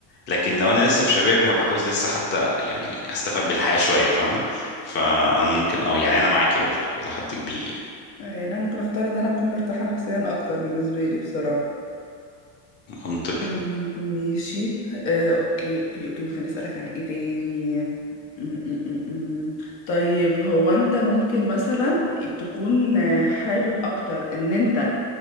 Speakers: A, on the left (about 25°); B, on the left (about 70°).
A: لكن لو انا لسه في شبابي هبقى عاوز لسه حتى يعني استفاد بالحياة شوية فاهمة فانا ممكن اه يعني انا معاكي برضه الى حد كبير يعني
B: آه، يعني انا ممكن اختار ان انا اكون مرتاحة نفسيا اكتر بالنسبة لي بصراحة
A: منطقي
B: طيب ماشي آه، اوكي اوكي اوكي ممكن اسألك عن ايه تاني م- م- م- م. طيب هو انت ممكن مثلا تكون آه، حابب اكتر ان انت